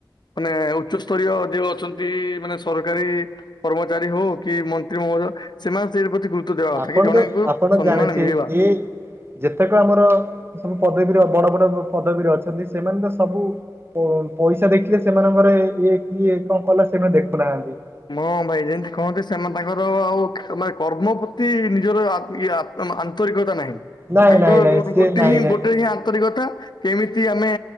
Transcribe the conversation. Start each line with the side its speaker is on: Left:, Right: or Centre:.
Left: ମାନେ ଉଚ୍ଚସ୍ତରୀୟ ଯେଉ ଅଛନ୍ତି ମାନେ ସରକାରୀ କର୍ମଚାରୀ ହଉ କି ମନ୍ତ୍ରୀ ମେହଦୟ ସେମାନେ ସେଇ ପ୍ରତି ଦେବା କଥା
Right: ଆପଣ
Left: କି ଜଣେଙ୍କୁ
Right: ତ ଆପଣ
Left: ସମ୍ମାନ
Right: ଜାଣିଥିବେ
Left: ମିଳିବା।
Right: ଏ ଯେତେକ ଆମର ସବୁ ପଦବୀର ବଡ ବଡ ପଦବୀରେ ଅଛନ୍ତି ସେମାନେ ତ ସବୁ ପଇସା ଦେଖିଲେ ସେମାନଙ୍କର ଇ କିଏ କଣ କଲା ସେମାନେ ଦେଖୁନାହାନ୍ତି।
Left: ହଁ ଭାଇରେ ଯେମିତି କହନ୍ତି ସେମାନେ ତାଙ୍କର ଆଉ ମାନେ କର୍ମ ପ୍ରତି ନିଜର ଆଖିରା ଆନ୍ତରିକତା ନାହିଁ
Right: ନାଇଁ
Left: ତାଙ୍କ
Right: ନାଇଁ ନାଇଁ ସିଏ
Left: ଗୋଟେ
Right: ନାଇଁ
Left: ହିଁ
Right: ନାଇଁ
Left: ଗୋଟେ ହିଁ ଆନ୍ତରିକତା କେମିତି ଆମେ